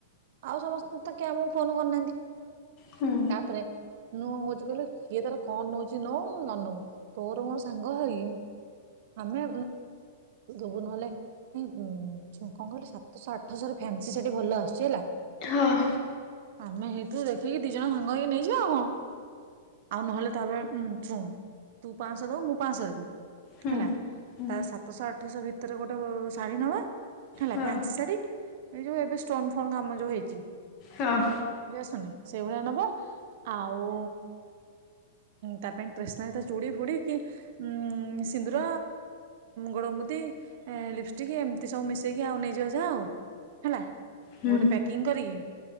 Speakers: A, on the right; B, on the left.
A: ଆଉ ସମସ୍ତେ ତ କେ ଆମକୁ ଫୋନ କରିୁନାହାନ୍ତି।
B: ହୁଁ
A: ତାପରେ ମୁୁଁ କଣ କହୁଛି କହିଲୁ, କିିଏ ତାର କଣ ନଉଛି ନ ନନଉ ତୋର ମୋର ସାଙ୍ଗ ହେଇ ଆମେ ଦବୁ ନହେଲେ ନାଇଁ କଣ କହିଲି ସାତଶହ ଆଠଶହ ଫ୍ୟାନ୍ସି ଶାଢି ଭଲ ଆସୁଛି ହେଲା।
B: ହଁ।
A: ଆମେ ହେଇଥିୁରୁ ଦେଖିକି ଦି ଜଣ ସାଙ୍ଗ ହେଇକି ନେଇଯିବା ଆଉ କଣ। ଆଉ ନହେଲେ ତାପରେ ଉ ଶୁଣୁ ତୁ ପାଁଶହ ଦବୁ ମୁଁ ପାଁଶହ ଦେବି।
B: ହୁଁ
A: ହେଲା
B: ହୁଁ
A: ତା ସାତଶହ ଆଠଶହ ଭିତରେ ଗୋଟେ ଶାଢୀ ନବା। ହେଲା
B: ହଁ
A: ଫାନ୍ସି ଶାଢୀ ଏଇ ଯୋଉ ଏବେ ଷ୍ଟୋନ ଫୋନ୍ କାମ ଯୋଉ ହେଇଛି।
B: ହଁ।
A: ଯ ଆସୁନି ସେଇଭଳିଆ ନବ ଆଉ ତା ପାଇଁ ଟେଷ୍ନାରି ତା ଚୁଡ଼ି ଫୁଡି କି ଉଁ ସିନ୍ଦୁର ଗୋଡ ମୁୁଦି ଲିପ ଟିକେ ଏମିତି ସବୁ ମିଶେଇକି ଆଉ ନେଇଯିବା ଯାହା ଆଉ, ହେଲା
B: ହୁଁ
A: ଗୋଟେ ପ୍ୟାକ କିଂ କରିକି